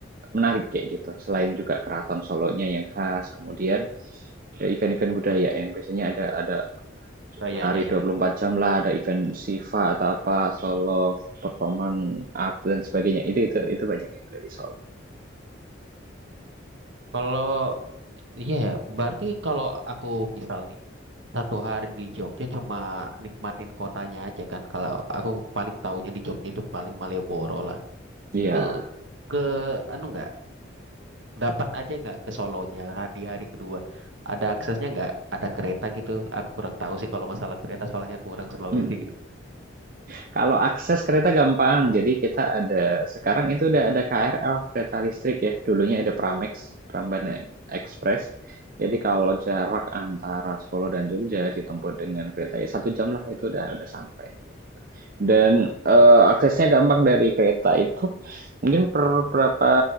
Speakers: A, on the right (about 45°); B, on the right (about 65°).
A: menarik kayak gitu. Selain juga keraton Solonya yang khas, kemudian ya event-event budaya yang biasanya ada ada
B: Gayanya
A: menari
B: ya.
A: dua puluh empat jam lah, ada event
B: Ya.
A: Siva atau apa, Solo Performance Art dan sebagainya. Itu itu itu banyak yang dari Solo.
B: Kalau Iya, berarti kalau aku misal nih satu hari di Jogja cuma nikmatin kotanya aja kan. Kalau aku paling taunya di Jogja itu paling Malioboro lah.
A: Iya,
B: Itu ke anu nggak dapat aja nggak ke Solonya ha- di hari kedua? Ada aksesnya nggak? Ada kereta gitu? Aku kurang tahu sih kalau masalah kereta soalnya aku kurang Sulawesi
A: mhm.
B: gitu.
A: Kalau akses kereta gampang, jadi kita ada sekarang itu udah ada KRL kereta listrik ya. Dulunya ada Pramex, Prambanan Express. Jadi kalau jarak antara Solo dan Jogja ditempuh dengan kereta ya satu jam lah itu udah udah sampai. Gitu. Dan
B: Oh, bentar
A: eh,
B: aja.
A: aksesnya gampang dari kereta itu mungkin per berapa